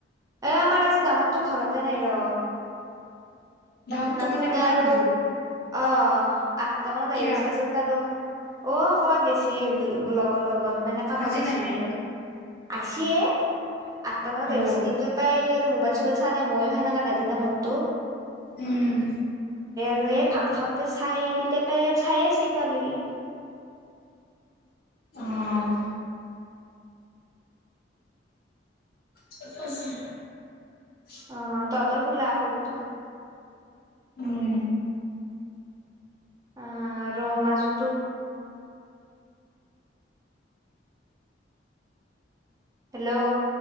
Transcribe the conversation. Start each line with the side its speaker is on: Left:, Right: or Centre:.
Right: এ আমাৰ আজি ডাঙতটো ঘৰতে নাই ৰ।
Left: দাহতটো
Right: নাথকুতে
Left: মানে মতা
Right: আৰু
Left: মানুহটো
Right: অ' আঠটা মানত আহি
Left: কিয়া
Right: পায়চে তাৰ পিচত আৰু অ' ক'বাত গেছিল লগৰ লগত মানে কামত
Left: আজি
Right: গেছিল
Left: নাহে
Right: কিবা আহি <unintelligible> আঠটা মানত আহি
Left: ৰব
Right: পায়চি দিনটোৰ প্ৰায় মোবাইল চোবাইল নাই-নাই মইয়ো হেনেকা নেদু না মতটো।
Left: উম।
Right: আৰু এই ভাত খাওঁতে চাই তেতিয়াৰপাই আৰু চায়ে আছে ইতাকলেগি।
Left: অ'। <unintelligible>
Right: অ' তহতৰ সুলাক সৰু টো?
Left: উম।
Right: অ' আৰু মাজোতো? হেল্ল!